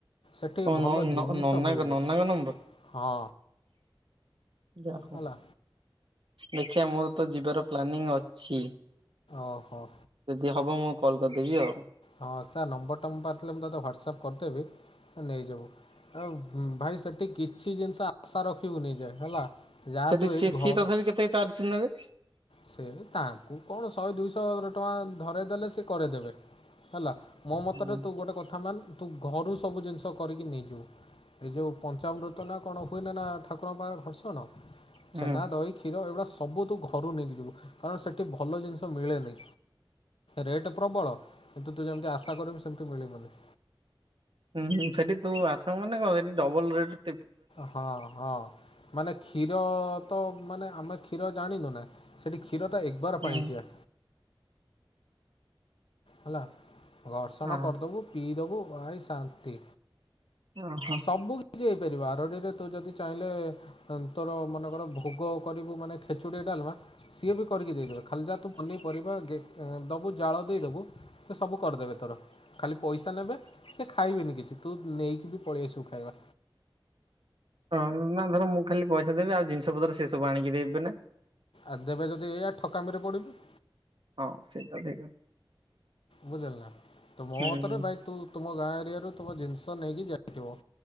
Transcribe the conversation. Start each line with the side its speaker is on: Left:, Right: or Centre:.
Left: ସେଠି
Right: ଓ
Left: ଭଲ
Right: ନ
Left: ଜିନିଷ
Right: ନ ନନାଙ୍କ
Left: ମିଳୁନି
Right: ନନାଙ୍କ ନମ୍ବର?
Left: ହଁ।
Right: ଯାହାହେଉ
Left: ହେଲା।
Right: ଦେଖିବା ମୋର ତ ଯିବାର ପ୍ଲାନିଂ ଅଛି।
Left: ଓହୋ।
Right: ଯଦି ହବ ମୁଁ କଲ୍ କରିଦେବି ଆଉ।
Left: ହଁ ସାର୍ ନମ୍ବର ଟା ମୋପାଖରେଥିଲେ ମୁଁ ତୋତ ହ୍ୱାଟ୍ଆପ୍ କରିଦେବି। ନେଇଯିବୁ ଆଉ ଭାଇ ସେଠି କି କିଛି ଜିନିଷ ଆଶା ରଖିବୁନି ଯେ ହେଲା ଯାହା
Right: ସେଠି
Left: ତୁ
Right: ସିଏ
Left: ଏଇ ଘରୁ
Right: ସିଏ ତଥାପି କେତେ ଚାର୍ଜ ନେବେ?
Left: ସେ ତାଙ୍କୁ କଣ ଶହେ ଦୁଇଶହ ଟଙ୍କା ଧରେଇଦେଲେ ସେ କରିଦେବେ। ହେଲା ମୋ ମତରେ
Right: ହୁଁ
Left: ତୁ ଗୋଟେ କଥା ମାନ ତୁ ଘରୁ ସବୁ ଜିନିଷ କରିକି ନେଇଯିବୁ। ଏ ଯୋଉ ପଞ୍ଚାମ୍ବୃତ ନା କଣ ହୁଏନା ନା ଠାକୁରଙ୍କ ପାଖରେ ଘର୍ଷଣ।
Right: ହୁଁ
Left: ଛେନା ଦହି କ୍ଷୀର ଏଇଗୁଡା ସବୁ ତୁ ଘରୁ ନେଇକି ଯିବୁ କାରଣ ସେଠି ଭଲ ଜିନିଷ ମିଳେ ନି। ରେଟ୍ ପ୍ରବଳ କିନ୍ତୁ ତୁ ଯେମିତି ଆଶା କରିବୁ ସେମିତି ମିଳିବନି।
Right: ହୁଁ ହୁଁ ସେଠି ତୁ ଆସେ ମାନେ ନା କଣ ସେଠି ଡବଲ ରେଟ
Left: ହଁ। ହଁ ମାନେ କ୍ଷୀର ତ ମାନେ ଆମେ କ୍ଷୀର ଜାଣିନୁ ନା ସେଠି କ୍ଷୀରଟା ବର
Right: ହୁଁ
Left: ପାଇଞ୍ଚିଆ। ହେଲା ଘର୍ଷଣ
Right: ଅ
Left: କରିଦେବୁ ପିଇଦବୁ ଭାଇ ଶାନ୍ତି।
Right: ହ।
Left: ସବୁ କିଛି ହେଇପାରିବ ଆରଡିରେ ତୁ ଯଦି ଚାହିଁଲେ ତୋର ମନେକର ଭୋଗ କରିବୁ ମାନେ ଖେଚୁଡି ଡାଲମା ସିଏ ବି କରିକି ଦେଇଦେବେ। ଖାଲି ଜାହା ତୁ ପନିପରିବା ଦେବୁ ଜାଳ ଦେଇଦବୁ ସେ ସବୁ କରିଦେବେ ତୋର। ଖାଲି ପଇସା ନେବେ ସେ ଖାଇବେନି କିଛି ତୁ ନେଇକି ବି ପଳେଇ ଆସିବୁ ଖାଇବା।
Right: ହଁ ନା ଧର ମୁଁ ଖାଲି ପଇସା ଦେବି ଆଉ ଜିନିଷ ପତ୍ର ସେ ସବୁ ଆଣିକି ଦେବେ ନା
Left: ଆଉ ଦେବେ ଯଦି ଏଇଆ ଠକାମିରେ ପଡ଼ିବୁ।
Right: ହଁ ସେଇଟା ଭାଇ।
Left: ବୁଝିଲ ନା ତ ମୋ
Right: ହୁଁ
Left: ମତରେ ଭାଇ ତୁ ତୁମ ଗାଁ ଏରିଆରୁ ତୁମ ଜିନିଷ ନେଇକି ଯାଇଥିବ।